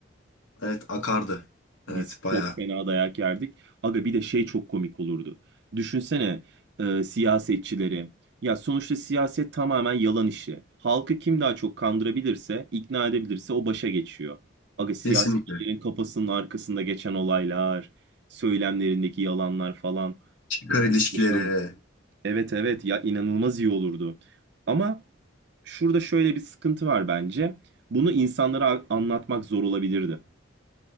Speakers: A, on the left; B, on the right.
A: <laughs> evet akardı.
B: Biz
A: Evet
B: çok
A: bayağı.
B: fena dayak yerdik. Aga bir de şey çok komik olurdu. Düşünsene e, siyasetçileri. Ya sonuçta siyaset tamamen yalan işi. Halkı kim daha çok kandırabilirse, ikna edebilirse o başa geçiyor. Aga siyasetçilerin
A: Kesinlikle.
B: kafasının arkasında geçen olaylar, söylemlerindeki yalanlar falan
A: Çıkar
B: muhteşem.
A: ilişkileri.
B: Evet evet ya inanılmaz iyi olurdu. Ama Şurada şöyle bir sıkıntı var bence. Bunu insanlara anlatmak zor olabilirdi.